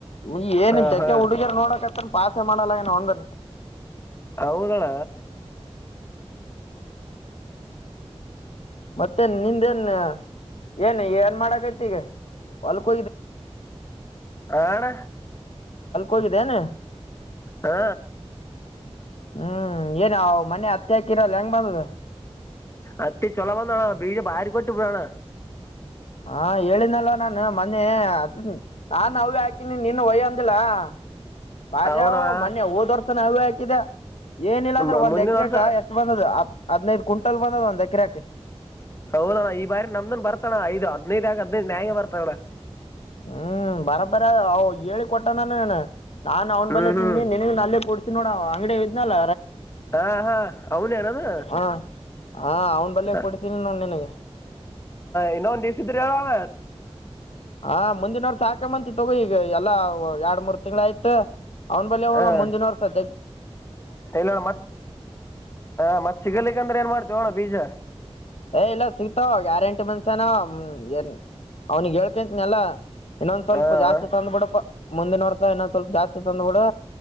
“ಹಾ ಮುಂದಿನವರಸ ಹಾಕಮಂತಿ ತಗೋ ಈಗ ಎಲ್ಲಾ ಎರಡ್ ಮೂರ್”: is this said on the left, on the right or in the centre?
Left